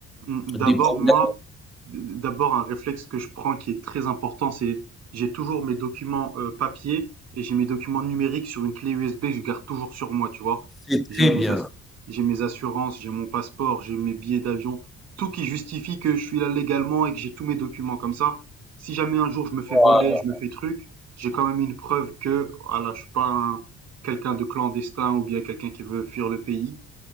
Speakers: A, on the right; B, in the centre.
A: Mmh, d'abord
B: des problèmes.
A: moi, d d'abord un réflexe que je prends qui est très important, c'est j'ai toujours mes documents, heu, papier et j'ai mes documents numériques sur une clé USB que je garde toujours sur moi, tu vois?
B: C'est
A: J'ai
B: très
A: mes
B: bien.
A: assu j'ai mes assurances, j'ai mon passeport, j'ai mes billets d'avion, tout qui justifie que je suis là légalement et que j'ai tous mes documents comme ça. Si jamais un jour je me fais
B: Voilà,
A: voler, je me fais truc, j'ai quand même une preuve que voilà, je suis pas un quelqu'un de clandestin ou bien quelqu'un qui veut fuir le pays